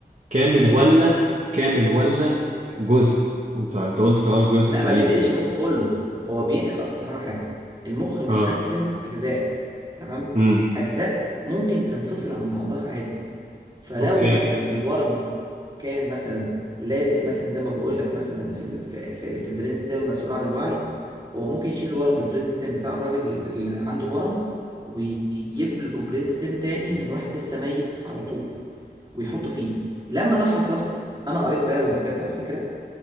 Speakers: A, on the right; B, on the right.
A: كامل
B: حلو
A: ولا كامل ولا جزء انت انت قلت في الاول جزء
B: لا
A: تقريبا
B: ما بينقلش المخ كله هو بينقل اصل فاهمك حاجه المخ متقسم
A: اه
B: اجزاء تمام
A: امم
B: اجزاء ممكن تنفصل عن بعضها عادي فلو
A: اوكي
B: مثلا الورم كان مثلا لازق مثلا زي ما بقول لك مثلا في ال... في في, في البرين ستيم المسؤول عن الوعي هو ممكن يشيل الورم بالبرين ستيم بتاع الراجل اللي عنده الورم ويجيب له برين ستيم تاني من واحد لسه ميت على طول ويحطه فيه لما ده حصل انا قريت ده وده بجد على فكره